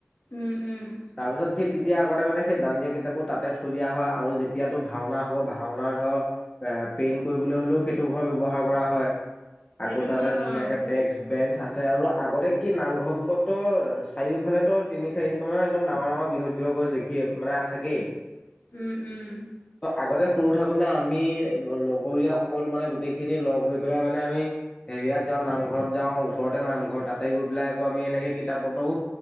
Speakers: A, on the left; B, on the left.
A: উম 'উম'।
B: তাৰপিছত সেই তেতিয়া আগতে মানে সেই দাণ্ দিয়া কিতাপ বোৰ তাতে থৈ দিয়া হয় আৰু যেতিয়াতো ভাওনা হ'ব ভাওনাৰ ধৰ এ পেইন কৰিবলৈ হ'লেও সেইটো ঘৰ ব্যৱহাৰ কৰা হয়
A: সেইটো
B: আকৌ তাতে
A: হয় বাৰু
B: ধুনীয়াকে ডেক্ক-বেঞ্চ, আছে আৰু আগতে কি নামঘৰ বুকত তো চাৰিওফালে তো তিনি চাৰিান মান একদম ডাঙৰ ডাঙৰ বিহত দু গছ দেখি মানে থাকেই
A: উম' উম'।
B: আগতে সৰু থাকোতে আমি লগৰীয়া সকল মানে গোটেই খিনি লগ হৈ পেলাই মানে আমি হেৰিয়াত যাম। নামঘৰত যাওঁ ওচৰতে নামঘৰ তাতে গৈ পেল আকৌ আমি এনেকে কিতাপ পতবো